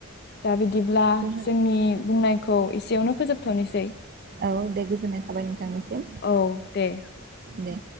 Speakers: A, on the left (about 50°); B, on the right (about 45°).
A: दा बिदिब्ला
B: जोंहा
A: जोंनि बुंनाय। खौ एसेयावनो फोजोबथनोसै।
B: औ दे गोजोननाय थाबाय नोंथांनिसिम
A: औ दे
B: दे।